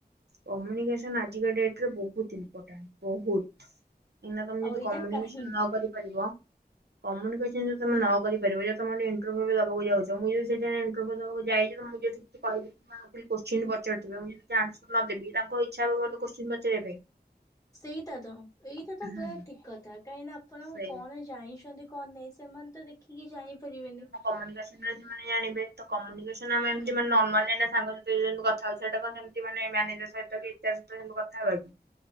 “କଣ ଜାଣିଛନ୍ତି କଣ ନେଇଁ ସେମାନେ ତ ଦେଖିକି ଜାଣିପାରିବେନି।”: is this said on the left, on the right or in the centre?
Left